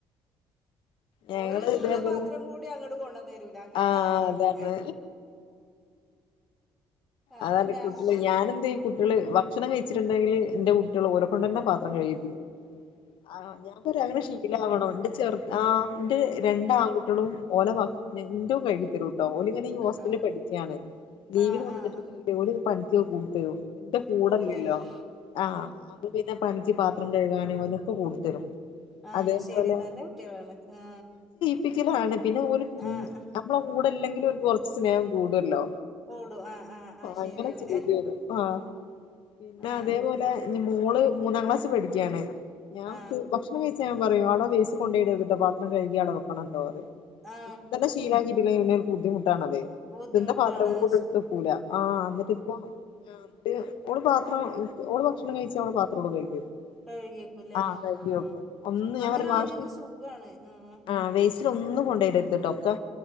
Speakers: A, on the left; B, in the centre.
A: ഞങ്ങള്
B: ഓല് തിന്ന
A: ഇതേപോലെ
B: പാത്രം കൂടി അങ്ങട്ട് കൊണ്ടന്ന് ടൂല അങ്ങൻത്തെ
A: ആഹ്
B: ആളാണ്
A: അതാണ്
B: അപ്പൊ
A: അതാണ്
B: ഞാന്
A: കുട്ടിള് ഞാനെന്താ ഈ കുട്ടിള് ഭക്ഷണം കഴിച്ചിട്ടുണ്ടെങ്കില് ന്റെ കുട്ട്യാള് ഓലൊ കൊണ്ടെന്നെ പാത്രം കഴികിപ്പിക്കും ആ ഞാൻ പറയ അങ്ങനെ ശീലാവണം ന്റെ ചെർ ആ ന്റെ രണ്ട് ആൺകുട്ട്യാളും ഓലെ പാ ന്റേം കഴുകി തരൂട്ടോ ഓലിങ്ങനെ ഈ ഹോസ്റ്റലിൽ
B: ആ
A: പഠിക്ക്യാണ് ലീവിന്
B: ആ
A: വന്നിട്ട്
B: ആ ആ
A: ഓല് പണിക്കൊക്കെ കൂടിത്തരും ന്റെ കൂടെല്ലല്ലോ
B: കൂടി തരില്ല
A: ആ അപ്പ പിന്നെ പണിക്ക് പാത്രം കഴുകാനും അതൊക്കെ കൂടിത്തരും
B: ആ
A: അതേപോലെ
B: അത് ശെരി നല്ല കുട്ട്യാളാണ് ആ
A: പ്പിക്കലാണ് പിന്നെ ഓല്
B: ആ ആ
A: ഞമ്മളെ കൂടെല്ലെങ്കിലും ഓൽക്ക് കൊർച്ച് സ്നേഹം കൂടല്ലോ
B: കൂടും ആ ആ ശരിയാണ്
A: അങ്ങനെ ചെയ്തെരും ആ പിന്നെ
B: ആ
A: അതേപോലെ ന്റെ മോള് മൂന്നാം ക്ലാസ് പഠിക്ക ഞാൻ
B: ആ
A: ഭക്ഷണം കഴിച്ച ഞാൻ പറയും അവിടെ വേസ്റ്റിൽ കൊണ്ടോയിടെര്ത് ട്ടോ പാത്രം കഴുകി അവിടെ വെക്കണം ട്ടോ പറയും
B: ആ
A: ഇപ്പത്തെന്നെ ശീലാക്കിട്ടില്ലെങ്കില് പിന്നെ ഓൽക്ക് ഒരു ബുദ്ധിമുട്ടാണത്
B: ബുദ്ധിമുട്ടാണ്
A: തിന്ന പാത്രം
B: ആ
A: കൂടെ
B: ശ-
A: ഇട്ത്തെക്കൂല ആ ന്ന്ട്ട്പ്പോ ആ ഓള് പാത്രം ഓള് ഭക്ഷണം കഴിച്ചാ ഓളെ പാത്രം ഓള് കഴുകിയെക്കും
B: കഴുകിയേക്കുംല്ലേ
A: ആ കഴുകി
B: ആഹ്
A: വെക്കും ഒന്ന് ഞാൻ
B: അങ്ങനാണെങ്കി
A: പറയും വാഷ്
B: സുഖാണ് ആഹ്
A: ആ വേ ഒന്നും കൊണ്ടോയിടര്ത്ട്ടോ ഒക്കെ